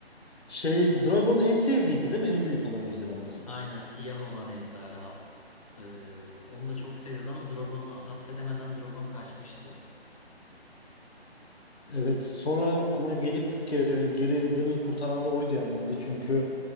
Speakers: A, on the left; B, on the left.
A: Şey Dragon en sevdiğiydi değil mi? En büyük olan ejderhası.
B: Aynen siyah olan ejderha. E, onu da çok seviyordu ama Drogon'u hapsedemeden Drogon kaçmıştı.
A: Evet sonra ama gelip ge- geri Deni'yi kurtaran da oydu yani orada çünkü